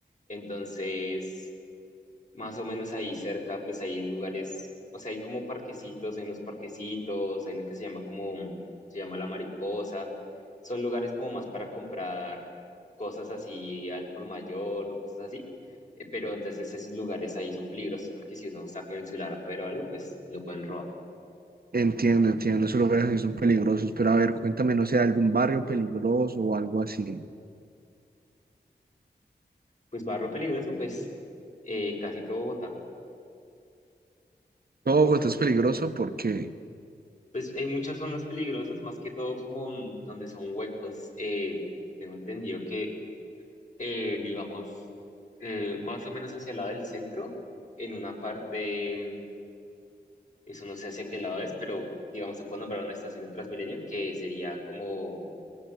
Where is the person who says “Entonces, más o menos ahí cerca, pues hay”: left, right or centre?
Left